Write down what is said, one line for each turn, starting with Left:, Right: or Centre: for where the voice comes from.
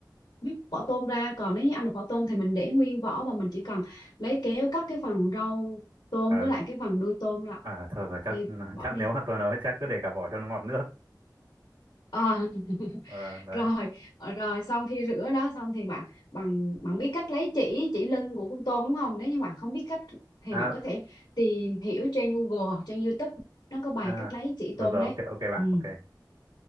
Left: bóc vỏ tôm ra còn nếu như ăn được vỏ tôm thì mình để nguyên vỏ và mình chỉ cần lấy kéo cắt cái phần rau tôm
Right: à,
Left: với lại cái phần đuôi tôm là
Right: à thôi rồi chắc
Left: đi
Right: <laughs>
Left: bỏ
Right: chắc
Left: đi
Right: nếu mà tôi nói chắc cứ để cả vỏ cho nó ngọt nước
Left: à, <laughs>
Right: Ờ, đấy
Left: rồi rồi xong khi rửa đó xong thì bạn bạn bạn biết cách lấy chỉ chỉ lưng của con tôm đúng không nếu như bạn không biết cách thì
Right: à
Left: bạn có thể tìm hiểu trên Google hoặc trên YouTube nó có bài
Right: à
Left: cách lấy chỉ
Right: rồi
Left: tôm
Right: rồi
Left: đấy
Right: ok ok bạn
Left: ừ.
Right: ok